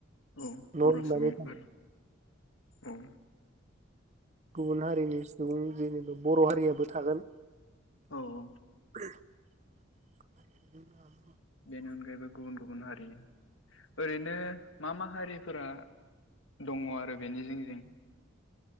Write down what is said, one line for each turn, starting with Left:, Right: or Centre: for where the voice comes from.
Left: औ
Right: लुनानै
Left: बर' सुबुंफोर औ
Right: गुबुन हारिनि सुबुं जेनेबा बर' हारियाबो थागोन।
Left: औ औ
Right: <inaudible>
Left: बेनि अनगायैबो गुबुन गुबुन हारि ओरैनो मा मा हारिफोरा दङ आरो बेनि जिं जिं?